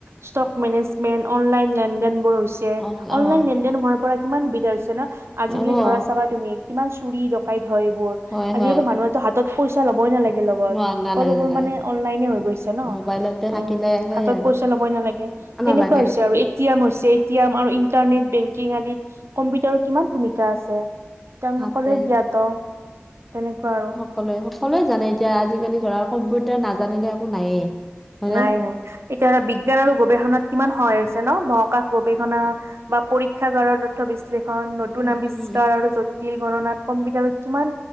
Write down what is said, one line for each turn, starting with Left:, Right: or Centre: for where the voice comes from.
Right: ষ্ট'ক মেনেজমেণ্ট, অনলাইন লেনদেনবোৰ হৈ ছে।
Centre: অ অ
Right: অনলাইন লেন-দেন হোৱাৰ পৰা কিমান সুবিধা হৈছে ন'। আজি-কালি
Centre: অ
Right: ধৰা, চাবা তুমি কিমান চুৰি ডকাইত হয় এইবোৰ।
Centre: হয়,
Right: আজি-কালি
Centre: হয়।
Right: মানুহেটো হাতত পইচা ল'বই নালাগে লগত।
Centre: নোৱা
Right: সকলোবোৰ
Centre: নালাগে, নালাগে।
Right: মানে অনলাইনে হৈ গৈছে ন?
Centre: মোবাইলতে থাকিলে
Right: উম,
Centre: সেই
Right: হাতত
Centre: আৰু
Right: পইচা ল'বই নালাগে। তেনেকুৱা
Centre: নালাগে।
Right: হৈছে আৰু এ টি এম হৈছে টি এম আৰু ইণ্টাৰনেট, বেংকিং আদিত কম্পিউটাৰৰ কিমান ভূমিকা আছে। এতিয়া আমি
Centre: বাপৰে
Right: সকলোৱে জ্ঞাত। তেনেকুৱা আৰু
Centre: সকলোৱে, সকলোৱে জানে এতিয়া আজি-কালি ধৰা কম্পিউটাৰ নাজানিলে একো নায়েই। হয়নে?
Right: নাই নাই। তেতিয়া হ'লে বিজ্ঞান আৰু গৱেষণাত কিমান সহায় হৈছে ন। মহাকাশ গৱেষণা বা পৰীক্ষাগাৰৰ তথ্য বিশ্লেষণ, নতুন
Centre: উম,
Right: আৱিষ্কাৰ
Centre: উম,
Right: আৰু জ বিল গণনাত কম্পিউটাৰত কিমান